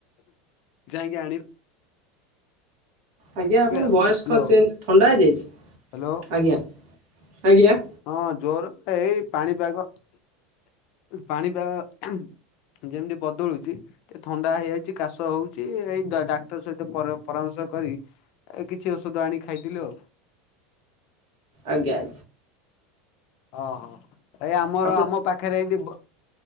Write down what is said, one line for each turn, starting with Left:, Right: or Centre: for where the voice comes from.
Left: ଯାଇକି ଆଣି
Right: ଆଜ୍ଞା ଆପଣ
Left: ଆଉ
Right: ବୟସ୍
Left: ହ୍ୟାଲୋ
Right: କଁ ଚେଞ୍ଜ ଥଣ୍ଡା ହେଇଯାଇଛି
Left: ହ୍ୟାଲୋ
Right: ଆଜ୍ଞା ଆଜ୍ଞା।
Left: ହଁ ଜୋରରେ ଏଇ ପାଣିପାଗ ପାଣିପାଗ ଯେମିତି ବଦଳୁଛି ଟିକେ ଥଣ୍ଡା ହେଇଯାଇଛି। କାଶ ହଉଛି ଏଇ ଡାକ୍ତର ସହିତ ପରାମର୍ଶ କରି ଏଇ କିଛି ଔଷଧ ଆଣି ଖାଇଥିଲୁ ଆଉ।
Right: ଆଜ୍ଞା ଆଜ୍ଞା।
Left: ଓହୋ ଏଇ ଆମର
Right: ଆପଣ
Left: ଆମ ପା ପାଖରେ ଏମିତି